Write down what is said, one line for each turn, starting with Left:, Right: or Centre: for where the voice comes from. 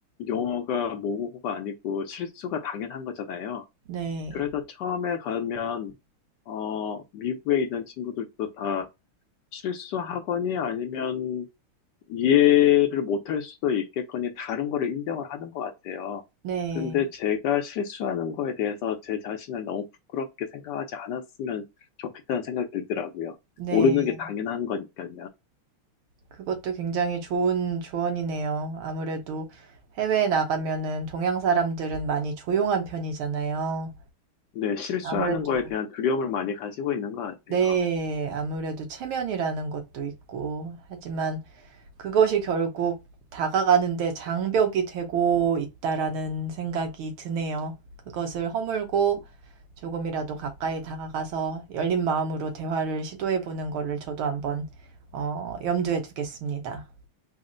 Left: 영어가 모국어가 아니고 실수가 당연한 거잖아요.
Right: 네.
Left: 그래서 처음에 가면, 어, 미국에 있는 친구들도 다 실수하거니 아니면 이해를 못할 수도 있겠거니 다른 거를 인정을 하는 것 같아요.
Right: 네.
Left: 근데 제가 실수하는 거에 대해서 제 자신을 너무 부끄럽게 생각하지 않았으면 좋겠다는 생각이 들더라고요.
Right: 네.
Left: 모르는 게 당연한 거니까요.
Right: 그것도 굉장히 좋은 조언이네요. 아무래도 해외에 나가면은 동양 사람들은 많이 조용한 편이잖아요.
Left: 근데 실수하는
Right: 아무래도
Left: 거에 대한 두려움을 많이 가지고 있는 것 같아요.
Right: 네. 아무래도 체면이라는 것도 있고 하지만 그것이 결국 다가가는데 장벽이 되고 있다라는 생각이 드네요. 그것을 허물고 조금이라도 가까이 다가가서 열린 마음으로 대화를 시도해 보는 거를 저도 한번 어, 염두에 두겠습니다.